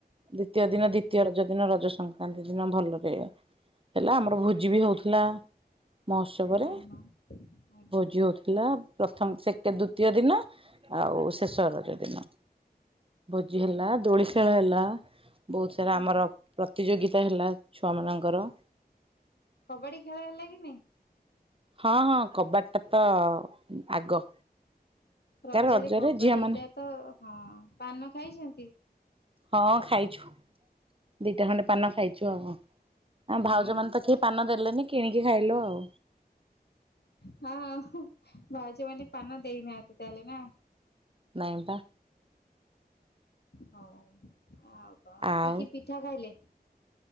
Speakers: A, on the right; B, on the left.
A: ଦ୍ଵିତୀୟ ଦିନ ଦି ଦ୍ଵିତୀୟ ରଜ ଦିନ ରଜ ସଂକ୍ରାନ୍ତି ଦିନ ଭଲରେ ହେଲା ଆମର ଭୋଜି ବି ହଉଥିଲା। ମହୋତ୍ସବରେ
B: ହଁ ହଁ ଆଜ୍ଞା
A: ଭୋଜି ହଉଥିଲା। ପ୍ରଥମ ସେଟ୍ ଦ୍ଵିତୀୟ ଦିନ, ଆଉ ଶେଷର ଦିନ ଭୋଜି
B: ହଁ
A: ହେଲା
B: ହଁ
A: ଦୋଳି ଖେଳ ହେଲା ବହୁତ
B: ହଁ।
A: ସାରା ଆମର ପ୍ରତିଯୋଗିତା ହେଲା ଛୁଆମାନଙ୍କର।
B: କବାଡି ଖେଳ ହେଲା କି ନାଇଁ?
A: ହଁ ହଁ କବାଡି ଟା ତ ଆଗ।
B: ରଜରେ
A: ତା
B: କବାଡି
A: ଝିଅ ମାନେ
B: ଟା ତ ହଁ ପାନ ଖାଇଛନ୍ତି।
A: ହଁ ଖାଇଛୁ। ଦିଟା ଖଣ୍ଡେ ପାନ ଖାଇଛୁ ଆଉ, ଆ ଭାଉଜ
B: ହଁ
A: ମାନେ ତ କେହି ପାନ ଦେଲେନି କିଣିକି ଖାଇଲୁ ଆଉ।
B: ହଁ ଭାଉଜ ମାନେ ପାନ ଦେଇନାହାନ୍ତି ତାହେଲେ ନା?
A: ନାଇଁ ପା।
B: ହଁ ଆଉ କଣ?
A: ଆଉ
B: କି କି ପିଠା ଖାଇଲେ?